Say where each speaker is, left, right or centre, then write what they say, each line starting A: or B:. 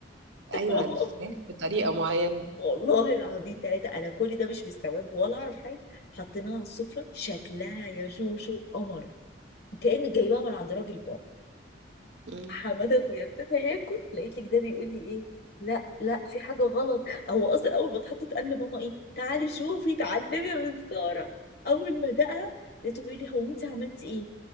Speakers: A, on the left; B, on the right.
A: <laughs>
B: ايوه الفراخ بطريقة معينة
A: والله العظيم ثلاثة أنا كل ده مش مستوعب ولا أعرف حاجة حطيناها على السفرة شكلها يا شوشو قمر كأن جايباها من عند راجل بره
B: مم.
A: حماده اخويا ابتدى ياكل لقيت لك ده بيقول لي ايه لا لا في حاجه غلط هو اصلا اول ما اتحطت قال لماما ايه تعالي شوفي اتعلمي من ساره اول ما دقها لقيته بيقول لي هو انت عملتي ايه